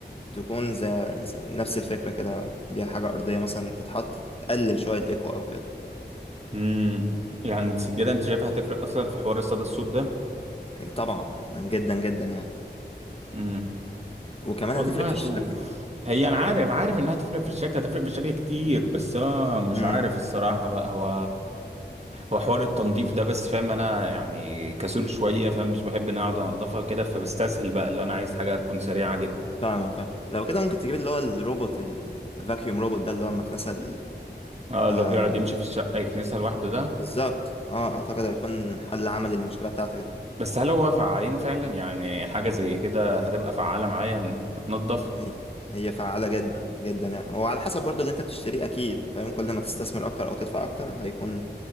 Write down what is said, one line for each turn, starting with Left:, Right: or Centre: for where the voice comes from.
Left: تكون زي, زي نفس الفكرة كده ليها حاجة أرضية مثلا تتحط تقلل شوية الإيكو أو كده
Right: امم يعني السجادة انت شايفها هتفرق اصلا في حوار الصدى الصوت
Left: يعني طبعا جدا جدا يعني
Right: ده
Left: وكمان
Right: والله
Left: هتفرق في
Right: اشوف
Left: الشكل
Right: هي انا عارف عارف انها هتفرق في الشكل هتفرق في الشكل كتير بس هو مش
Left: امم
Right: عارف الصراحة بقى هو هو حوار التنظيف ده بس فاهم انا يعني كسول شوية فاهم مش بحب ان انا اقعد انضفها كده فبستسهل بقى اللي انا عايز حاجة تكون سريعة جدا
Left: فاهم فاهم لو كده ممكن تجيب اللي هو الروبوت الفاكيوم روبوت ده اللي هو المكنسة ال-
Right: اه اللي
Left: آه
Right: هو بيقعد يمشي في الشقة يكنسها لوحده ده
Left: بالظبط اه اعتقد هيكون حل عملي للمشكلة بتاعتك دي.
Right: بس هل هو فعالين فعلا يعني حاجة زي كده هتبقى فعالة معايا إن وتنضف
Left: هي هي فعالة جدا جدا يعني وعلى حسب برضو اللي انت بتشتريه اكيد فاهم كل ما تستثمر اكتر او تدفع اكتر هيكون